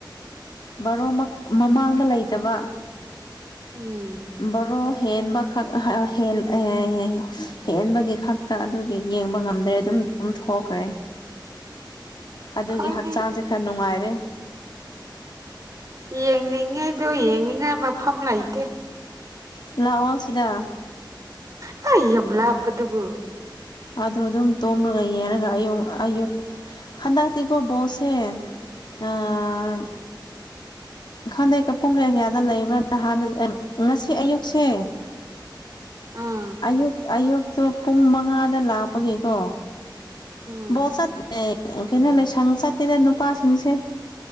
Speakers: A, on the left (about 60°); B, on the right (about 45°).
A: ꯕꯥꯔꯣꯃꯛ ꯃꯃꯥꯡꯗ ꯂꯩꯇꯕ
B: ꯎꯝ
A: ꯕꯥꯔꯣ ꯍꯦꯟꯕꯈꯛ <unintelligible> ꯍꯦꯟꯕꯒꯤ ꯈꯛ ꯀꯥ ꯑꯗꯨꯒꯤ ꯌꯦꯡꯕ ꯉꯝꯗ꯭ꯔꯦ ꯑꯗꯨꯝ ꯇꯨꯝꯊꯣꯛꯈ꯭ꯔꯦ ꯑꯗꯨꯒꯤ
B: ꯈꯣꯏꯗꯤ
A: ꯍꯛꯆꯥꯡꯁꯦ ꯈꯔ ꯅꯨꯡꯉꯥꯏꯔꯦ
B: ꯌꯦꯡꯅꯤꯡꯉꯦ ꯗꯨ ꯌꯦꯡꯅꯤꯡꯉꯥꯏ ꯃꯐꯝ ꯂꯩꯇꯦ
A: ꯂꯥꯛꯑꯣ ꯁꯤꯗ
B: ꯀꯩ ꯌꯥꯝ ꯂꯥꯞꯄꯗꯨꯕꯨ
A: ꯑꯗꯨ ꯑꯗꯨꯝ ꯇꯨꯝꯔꯒ ꯌꯦꯡꯔꯒ ꯑꯌꯨꯡ ꯑꯌꯨꯛ ꯍꯥꯟꯗꯛꯇꯤꯀꯣ ꯕꯣꯜꯁꯦ ꯑꯥ ꯈꯪꯗꯦ ꯀ ꯄꯨꯡ ꯀꯌꯥ ꯀꯌꯥꯗ ꯂꯩꯕ꯭ꯔꯥ ꯅꯍꯥꯟꯅ ꯑ ꯉꯁꯤ ꯑꯌꯨꯛꯁꯦ
B: ꯑꯥ
A: ꯑꯌꯨꯛ ꯑꯌꯨꯛꯇꯣ ꯄꯨꯡ ꯃꯉꯥꯗ ꯂꯥꯛꯄꯒꯤꯀꯣ
B: ꯎꯝ
A: ꯕꯣꯆꯠ <inaudible> ꯀꯩꯅꯣ ꯂꯩꯁꯪ ꯆꯠꯇꯦꯗ ꯅꯨꯄꯥꯁꯤꯡꯁꯦ